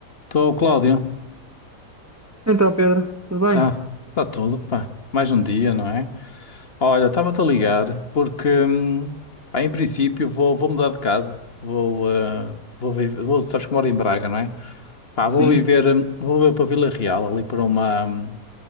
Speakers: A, on the left; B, on the right.
A: Estou, Cláudio.
B: Então, Pedro, tudo bem?
A: Tá, tá tudo, pá. Mais um dia, não é? Olha, estava-te a ligar porque, hum, pá, em princípio, vou, vou mudar de casa. Vou, eh, vou viver, vou, sabes que moro em Braga, não é? Pá,
B: Sim,
A: vou viver, hum, vou viver para Vila Real, ali para uma, hum,